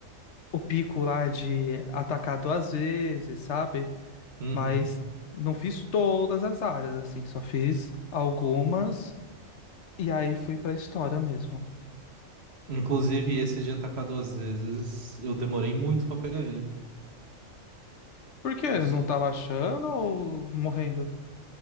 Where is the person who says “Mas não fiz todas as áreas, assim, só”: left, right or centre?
Left